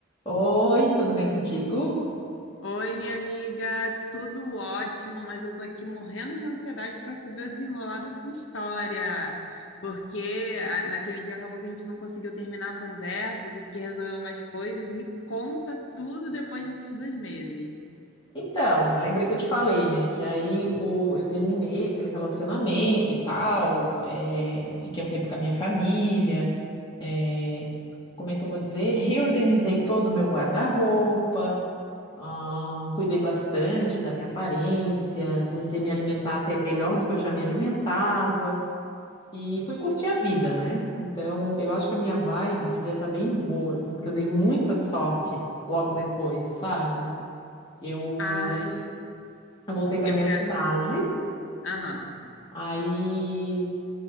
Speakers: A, on the left; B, on the left.
A: Oi, tudo bem contigo?
B: Oi, minha amiga, tudo ótimo, mas eu tô aqui morrendo de ansiedade para saber o desenrolar da sua história, porque ah, naquele dia acabou que a gente não conseguiu terminar a conversa, tive que resolver umas coisas. Me conta tudo depois desses dois meses.
A: Então, lembra que eu te falei, né? Que aí o, eu terminei aquele relacionamento e tal, é, fiquei um tempo com a minha família, é, como é que eu vou dizer? Reorganizei todo o meu guarda-roupa, ah, cuidei bastante da minha aparência, comecei a me alimentar até melhor do que eu já me alimentava e fui curtir a vida, né? Então, eu acho que a minha vibe devia estar bem boa, assim, porque eu dei muita sorte logo depois, sabe? Eu,
B: Ai,
A: eu voltei para
B: eu
A: minha
B: quero.
A: cidade,
B: Aham,
A: aí